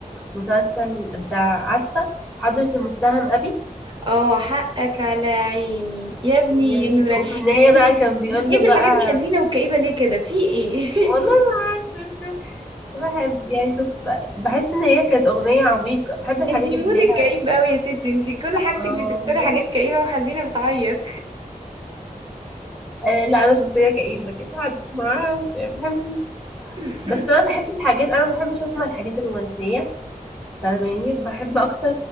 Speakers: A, in the centre; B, on the right.
A: مسلسل بتاع عارفه حضرة المتهم ابي
B: اه حقك على عيني يا ابني
A: يعني
B: يا نورك
A: وفي النهايه بقى
B: انت انت
A: كان بيقول
B: بتحبي
A: له بقى
B: الحاجات الحزينه والكئيبه ليه كده في ايه
A: والله ما اعرفش بس بحب يعني كنت ب- بحس ان هي كانت اغنيه عميقه
B: <laughs>
A: بحب الحاجات
B: انت مودك
A: اللي ليها
B: كئيب قوي يا ستي انت كل حاجتك
A: اه
B: بتختاري حاجات كئيبه وحزينه بتعيط
A: آه، لا انا شخصيه كئيبه كده عاد ما اعرفش يعني بحب
B: <laughs>
A: بس انا بحب الحاجات انا ما بحبش اسمع الحاجات الرومانسيه فاهماني بحب اكتر